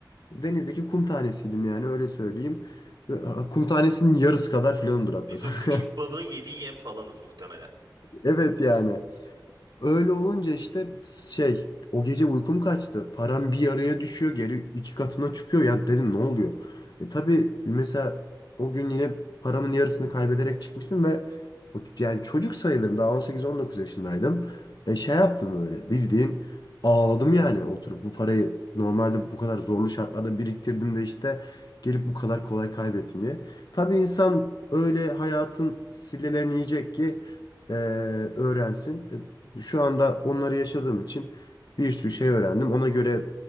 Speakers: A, on the left; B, on the right.
A: denizdeki kum tanesiydim yani öyle söyleyeyim. Ve, a, Kum tanesinin yarısı kadar filanımdır hatta.
B: Biz o küçük
A: <laughs>
B: balığın yediği yem falanız muhtemelen.
A: Evet yani. Öyle olunca işte şey o gece uykum kaçtı. Param bir yarıya düşüyor geri iki katına çıkıyor. Ya dedim ne oluyor? E tabii mesela o gün yine paramın yarısını kaybederek çıkmıştım ve o- yani çocuk sayılırım daha 18-19 yaşındaydım. E şey yaptım böyle bildiğin ağladım yani oturup bu parayı normalde bu kadar zorlu şartlarda biriktirdim de işte gelip bu kadar kolay kaybettim diye. Tabii insan öyle hayatın sillelerini yiyecek ki e, öğrensin. E şu anda onları yaşadığım için bir sürü şey öğrendim. Ona göre